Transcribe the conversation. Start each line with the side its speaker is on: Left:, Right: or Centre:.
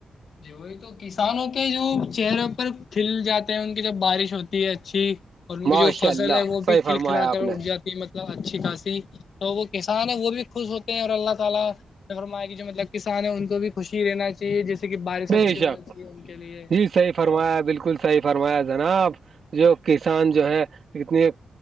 Left: جی ہے تو کسانوں کے جو چہروں پر کھل جاتے ہیں ان کی جب بارش ہوتی ہے اچھی اور ان
Right: ماشاء
Left: کی جو فصل
Right: اللہ
Left: ہے وہ
Right: صحیح
Left: بھی کھل
Right: فرمایا
Left: کلا
Right: آپ
Left: کر
Right: نے
Left: اٹ جاتی ہے مطلب اچھی خاصی تو وہ کسان ہے وہ بھی خوش ہوتے ہیں اور اللہ تعالی فرما کی جو مطلب کسان ہیں ان کو بھی خوشی رہنا چاہیے جس جے کہ بارش
Right: بے
Left: اچھی
Right: شک
Left: ہونا چاہیے ان کے لیے
Right: جی صحیح فرمایا
Left: اور
Right: بالکل صحیح فرمایا جناب جو کسان جو ہے اتنی